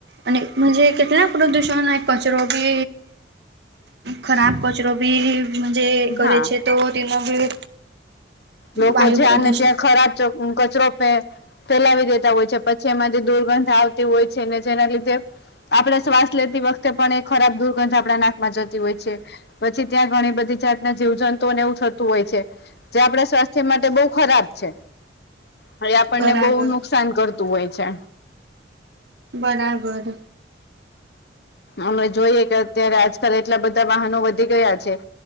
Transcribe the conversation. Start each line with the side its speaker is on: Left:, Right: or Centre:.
Right: અને મુજે કેટલાક પ્રદૂષણ નો કચરો કે ખરાબ કચરો ભી મુજે કરે
Left: હા
Right: છે તો તેમાં બી
Left: લોકો
Right: વાયુ
Left: જ્યાં
Right: પ્રદૂષણ
Left: ને ત્યાં ખરાબ કચરો ફેકે ફેલાવી દેતા હોય છે પછી એમાં થી દુર્ગંધ આવતી હોય છે ને જેના લીધે આપણે શ્વાસ લેતી વખતે પણ એ ખરાબ દુર્ગંધ આપણા નાકમાં જતી હોય છે પછી ત્યાં ઘણી બધી જાત ના જીવ જંતુને એવું થતું હોય છે જે આપણા સ્વાસ્થ્ય માટે બહ ખરાબ છે હવે આપણને
Right: બરાબર
Left: બહુ નુકસાન કરતું હોય છે
Right: બરાબર
Left: અમે જોઈએ કે અત્યારે આજકાલ એટલા બધા વાહનો વધી ગયા છે.